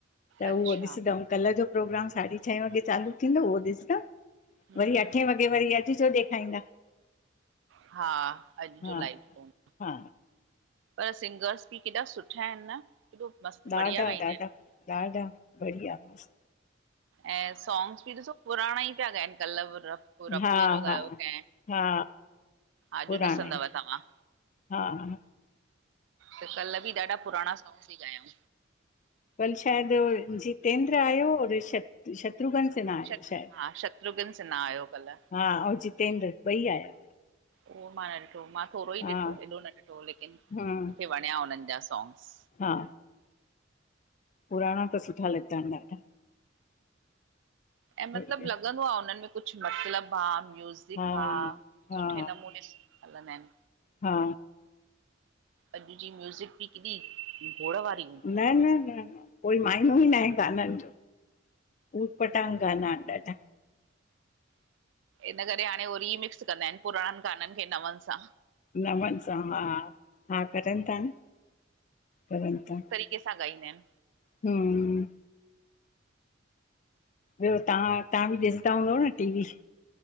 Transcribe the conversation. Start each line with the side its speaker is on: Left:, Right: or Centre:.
Left: त
Right: अच्छा
Left: उहो ॾिसंदमि। कल्ह जो प्रोग्राम साढी छह वॻे चालू थींदो उहो ॾिसंद,
Right: हम्म
Left: वरी अठे वॻे वरी अ ॾिसो देखाइंदा।
Right: हा! अॼु
Left: हा
Right: जो लाइफ फोन
Left: हा
Right: पर सिंगर्स बि केॾा सुठा आहिनि न। केॾो मस्तु बढ़िया
Left: ॾाढा,
Right: ॻाईंदा
Left: ॾाढा,
Right: आहिनि।
Left: ॾाढा बढ़िया मस।
Right: ऐं सॉन्ग्स बि ॾिसो पुराणा ई पिया ॻाइनि कल व पो रफ़ीअ
Left: हा
Right: जो गायो
Left: हा
Right: कैं।
Left: हा
Right: अॼु
Left: पुराणा
Right: ॾिसंदव
Left: आहिनि
Right: तव्हां।
Left: हा
Right: त कल् बि ॾाढा पुराणा सॉन्ग्स ही गायऊं।
Left: पल शायदु जितेंद्र आयो श शत्रुघ्न फिर न आये
Right: श
Left: शायदि,
Right: हा शत्रुघ्न सिन्हा आयो कल्ह
Left: हा अऊं जितेंद्र ॿई आया।
Right: उहो मां न ॾिठो, मां थोरो ई
Left: हा
Right: ॾिठो, एॾो न ॾिठो लेकिन मुंखे
Left: हम्म
Right: वण्या उनन जा सॉंग्स।
Left: हा। पुराणा त सुठा लॻदा इनि ॾाढा।
Right: ऐं मतलब
Left: बढ़िया
Right: लॻंदो आ उनन में कुछ मतलब आ म्यु़जि़ ज़ेका
Left: हा हा
Right: सुठे नमूने सं हलंदा इन।
Left: हा
Right: अॼु जी म्यूज़िक बि केॾी गोड़ वारी हूंदी
Left: न-न-न-न
Right: आ
Left: कोई माइनो ई नाए। ॻानन जो, उटपटांंग ॻाना इन ॾाढा।
Right: इन करे हाणे हो रीमिक्स कंदा इन, पुराणनि ॻाननि खे नवन सां।
Left: नवन सां हा, हा करन ता न, करन ता।
Right: कैसां ॻाईंदा इनि।
Left: हिम ॿियो तहां, तहां बि ॾिसदा हूंदव न टी-वी।